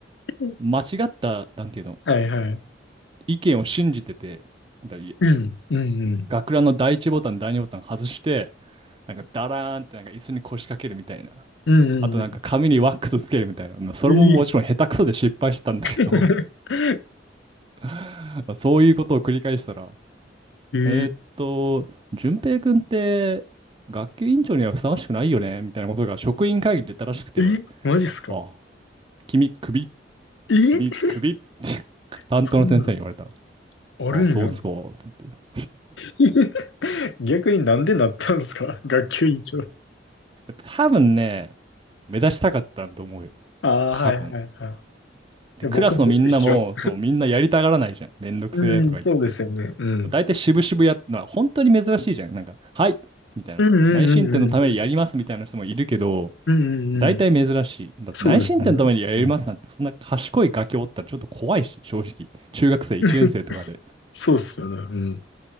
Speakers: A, on the left; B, on the right.
A: うん
B: 間違った、なんていうの、
A: はいはい。
B: 意見を信じてて、だ
A: うん、うんうん。
B: 学ランの第一ボタン、第二ボタン外して、なんかだらーんってなんか椅子に腰掛けるみたいな。
A: うんうん
B: あとなんか髪にワックスつけるみたいな。まあそれももちろん下手くそで失敗してたんだけど
A: うん。えー、<laughs>
B: <laughs> そういうことを繰り返したら、
A: えー、
B: えーっと、淳平君って学級委員長にはふさわしくないよねみたいなことが職員会議で言ったらしくて、
A: えマジっすか
B: あ、君、首、
A: えー、
B: 君、首、担当の先生に言われた。
A: そんなん、あるんや。
B: あ、そうっすか、つって。
A: <laughs> 逆になんでなったんですか学級委員長。
B: 多分ね、目指したかったんと思うよ。
A: ああ、
B: 多分。
A: はいはいはい。い
B: で、
A: や僕も一緒。
B: クラスのみんなも、そう、みんなやりたがらないじゃん。めんどくせえとか言って。
A: うん、そうですよね。うん。
B: もう大体渋々やっのは本当に珍しいじゃん。なんか、はいみたいな。
A: うんうんうんうんうん。
B: 内申点のためにやりますみたいな人もいるけど、
A: うんうんうん。
B: 大体珍しい。だって内申点のためにやりますなんて、
A: そうですね。うん
B: そんな賢いガキおったらちょっと怖いし、正直。中学生1年生とかで。
A: <laughs> そうっすよね。うん。